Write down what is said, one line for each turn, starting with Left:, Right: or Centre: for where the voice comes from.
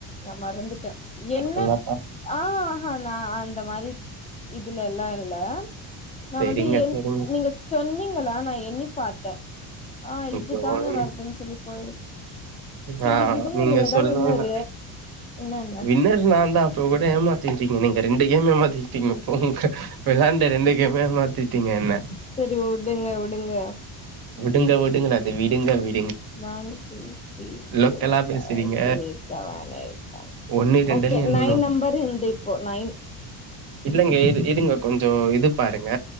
Left: நா மரந்துட்டே என்ன
Right: நல்லா பா-
Left: ஆஹாஹ்ஹா நா அந்த மாரி இதுல லா இல்ல நா
Right: சரிங்க
Left: வந்து எங்
Right: சரிங்க
Left: நீங்க ஸ்கூ சொன்னீங்களா நா எண்ணி பாத்தே ஆ
Right: ஐயோ,
Left: இதுதானே
Right: எனக்கு-
Left: வருதுன்னு சொல்லி போயிடுச்சு செரி
Right: ஆ
Left: விடுங்க
Right: நீங்க
Left: நீங்கதா
Right: சொல்லல்லா
Left: வின்னரு என்ன என்ன
Right: வின்னர் நாந் தா இப்போ கூட ஏமாத்தீட்ரிங்க நீங்க ரெண்டு கேம் ஏமாத்தீட்ரிங்க போங்க விளாண்ட ரெண்டு கேம்மே ஏமாதிட்டீங்க என்ன
Left: டு உடுங்க உடுங்க
Right: விடுங்க விடுங்க இல்ல அது விடுங்க வி
Left: ஒன் டூ த்திரி
Right: லோக்கலா
Left: போர்
Right: பேசுறீங்க
Left: பைவ் சிக்ஸ் சேவண் எய்ட் நய்ன்
Right: ஒன்னு ரெண்டுன்னு
Left: ஓகே
Right: எண்ணணு
Left: நைன் நம்பரு இந்து இப்போ நைன்
Right: இல்லெங்க இரு இருங்க கொஞ்சோ இது பாருங்க